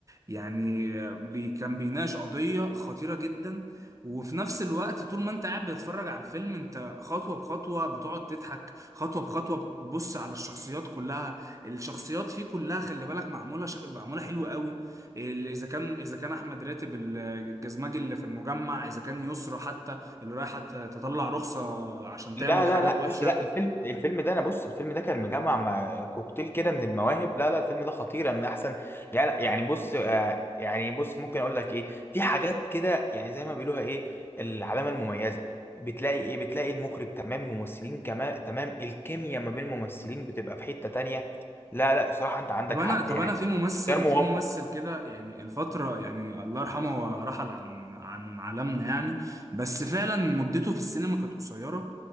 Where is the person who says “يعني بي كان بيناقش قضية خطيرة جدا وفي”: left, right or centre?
Right